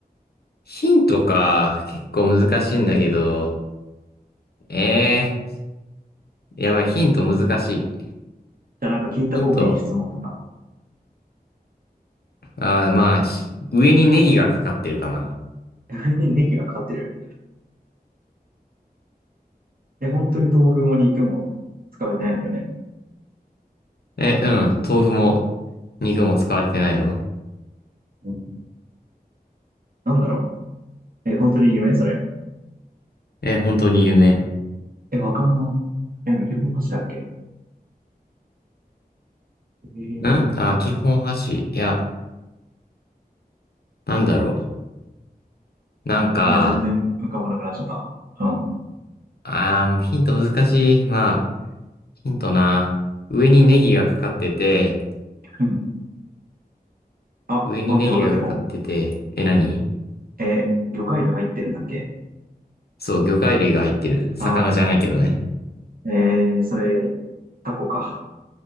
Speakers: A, on the left (about 75°); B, on the right (about 65°).
A: ヒントか、結構難しいんだけど。ええやばい、ヒント難しい。
B: じゃあなんか聞いた方がいい質問とか。
A: ヒント。あー、まあ、し上にネギがかかってるかな。
B: <laughs> ネギがかかってる。え、本当に豆腐も肉も使われてないんだよね。
A: え、うん。豆腐も、肉も使われてないよ。
B: うんなんだろう。え、本当に夢それ。
A: え、本当に有名。
B: え、わかんな。え、でも基本箸だっけえー、
A: んあ、基本箸。いや、なんだろう。なんか、
B: いや、全然浮かばなくなっちゃった。うん
A: あー、もうヒント難しい。まあ、ヒントな。上にネギがかかってて、
B: うん。あ、
A: 上にネギがかかってて、
B: 待って、わかったかも。
A: え、何
B: えー魚介類入ってるんだっけ
A: そう、魚介類が入ってる。魚じゃないけどね。
B: あー、えー、それ、タコか。